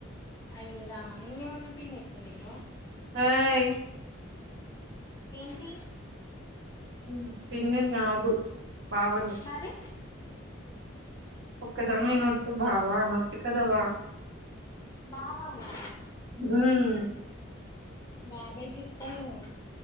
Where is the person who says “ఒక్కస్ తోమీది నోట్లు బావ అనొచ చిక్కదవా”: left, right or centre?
Right